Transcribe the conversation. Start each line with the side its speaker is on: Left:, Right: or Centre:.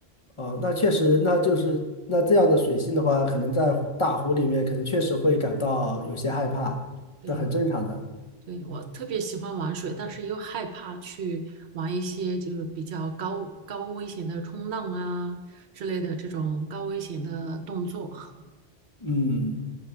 Left: 哦，那确实，那就是那这样的水性的话，可能在湖大湖里面，可能确实会感到有些害怕，
Right: 对，
Left: 那很正常的。
Right: 对，我特别喜欢玩水，但是又害怕去玩一些就是比较高高危险的冲浪啊之类的这种高危险的动作。<laughs>
Left: 嗯，